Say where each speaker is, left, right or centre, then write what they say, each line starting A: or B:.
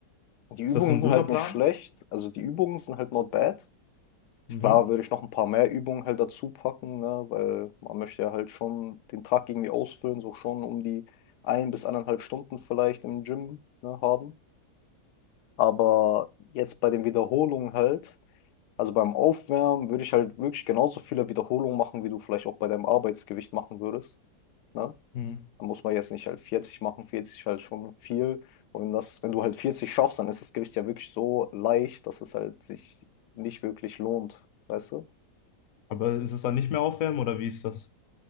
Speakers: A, on the left (about 85°); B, on the left (about 65°).
A: die Übungen
B: Ist das so ein
A: sind
B: guter
A: halt
B: Plan?
A: nicht schlecht. Also die Übungen sind halt not bad.
B: Mhm.
A: Klar würde ich noch ein paar mehr Übungen halt dazu packen, ne? Weil man möchte ja halt schon den Tag irgendwie ausfüllen, so schon um die ein bis anderthalb Stunden vielleicht im Gym, ne, haben. Aber jetzt bei den Wiederholungen halt, also beim Aufwärmen würde ich halt wirklich genauso viele Wiederholungen machen, wie du vielleicht auch bei deinem Arbeitsgewicht machen würdest. Ne?
B: Mhm.
A: da muss man jetzt nicht halt 40 machen, 40 ist halt schon viel. Und wenn das, wenn du halt 40 schaffst, dann ist das Gewicht ja wirklich so leicht, dass es halt sich nicht wirklich lohnt, weißt du?
B: Aber ist es dann nicht mehr aufwärmen oder wie ist das?